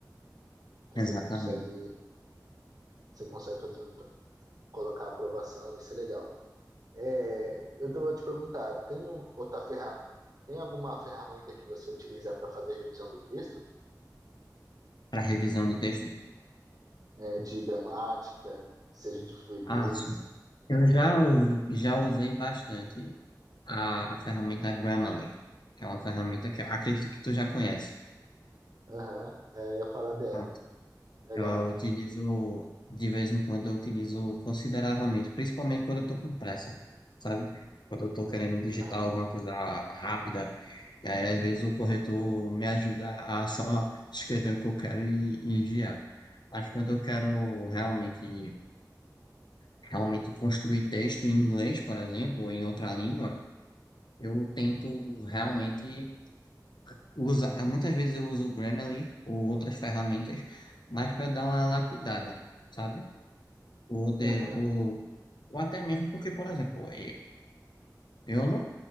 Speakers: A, on the right; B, on the left.
A: Aí
B: Exatamente.
A: você consegue, você consegue fazer um, colocar a aprovação, isso é legal. É, eu tô- vou te perguntar, tem um- outra ferramenta, tem alguma ferramenta que você utiliza para fazer a revisão do texto?
B: Para revisão de texto.
A: É, de gramática, seja de fluidez?
B: Ah, sim. Eu já, u- já usei bastante a, a ferramenta Grammarly, que é uma ferramenta que eu acredito que tu já conhece.
A: Aham, é, eu ia falar dela.
B: Pronto.
A: Legal.
B: Eu utilizo, de vez em quando, eu utilizo consideravelmente, principalmente quando eu estou com pressa, sabe? Quando eu estou querendo digitar
A: Aham,
B: alguma coisa rápida, e aí às vezes o corretor me ajuda a só escrever o que eu quero e, e enviar. Mas quando eu quero realmente, realmente construir texto em inglês, por exemplo, ou em outra língua, eu tento realmente usar. Muitas vezes eu uso o Grammarly ou outras ferramentas, mas para dar uma lapidada, sabe? Ou, de,
A: aham,
B: ou, ou até mesmo porque, por exemplo, eh, eu não,